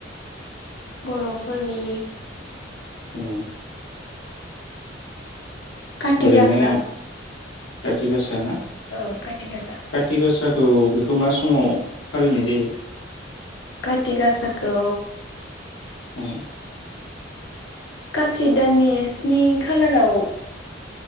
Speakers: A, on the left (about 65°); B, on the left (about 85°).
A: बर'फोरनि
B: औ
A: काति
B: ओरैनो
A: गासा
B: खाथि गासा ना
A: औ काति गासा
B: खाथि गासाखौ बे खौ मा समाव फालिनाय जायो?
A: खाथि गासाखौ
B: उम
A: खाथि दाननि स्नि खालाराव